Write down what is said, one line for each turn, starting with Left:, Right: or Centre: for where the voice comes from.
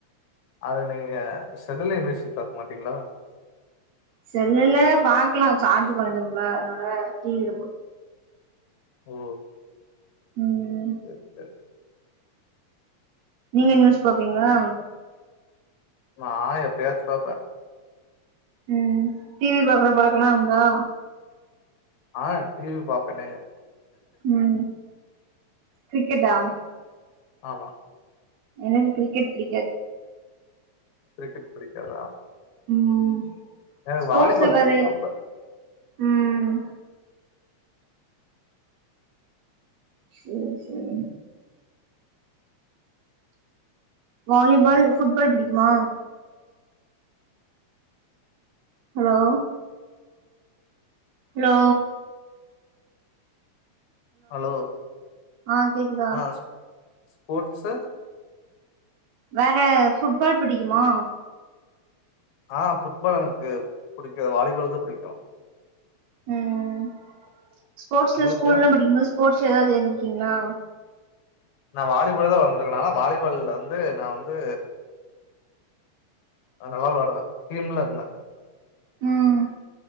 Left: அதுல நீங்க <unintelligible> பாக்கமாட்டீங்களா
Right: செல்லுல பாக்கலா சார்ஜ் கொறஞ்சிரும்ல அதனால டி வி ல போட்
Left: ஓ
Right: ம்
Left: சரி சரி
Right: நீங்க நியூஸ் பாப்பீங்களா
Left: நா எப்பயாச்சு பாப்பே
Right: ம் டி வி பாக்குற பழக்கல்லா இருந்தா
Left: ஆ டி வி பாப்பனே
Right: ம் கிரிக்கெட்டா
Left: ஆமா
Right: எனக்கு கிரிக்கெட் பிடிக்காது
Left: கிரிக்கெட் பிடிக்காதா
Right: ம்
Left: எனக்கு
Right: ஸ்போர்ட்ஸ்ல
Left: வாலிபால்
Right: வேற
Left: புடிக்கு ரொம்ப
Right: ம் சரி சரி வாலிபால் ஃபுட்பால் பிடிக்குமா ஹலோ ஹலோ
Left: ஹலோ
Right: ஆ கேக்குதா
Left: ஆ ஸ் ஸ்போர்ட்ஸு
Right: வேற ஃபுட்பால் பிடிக்குமா
Left: ஆ ஃபுட்பால் எனக்கு புடிக்க வாலிபால் தா புடிக்கு
Right: ம் ஸ்போர்ட்ஸ்ல
Left: உங்களுக்கு
Right: ஸ்கூலல்லல்லா படிக்கும் போது ஸ்போர்ட்ஸ்ல ஏதாவது இருந்திருக்கீங்களா
Left: நா வாலிபால் தா வெளாண்ருக்கே நாளா வாலிபால்ல வந்து நா வந்து நா நல்லா விளாடுவே டீம்ல இருந்தே
Right: ம்